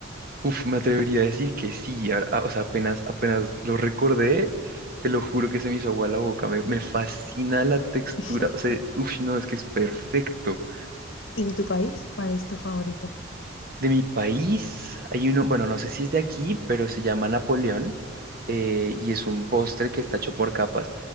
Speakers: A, on the right; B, on the left.
A: Uf, me atrevería a decir que sí. a- a- o sea, apenas, apenas lo recordé, te lo juro que se me hizo agua la boca. Me, me fascina la textura.
B: <laughs>
A: O sea, uf, no, es que es perfecto.
B: ¿Y de tu país? ¿Cuál es tu favorito?
A: De mi país hay uno, bueno, no sé si es de aquí, pero se llama Napoleón eh, y es un postre que está hecho por capas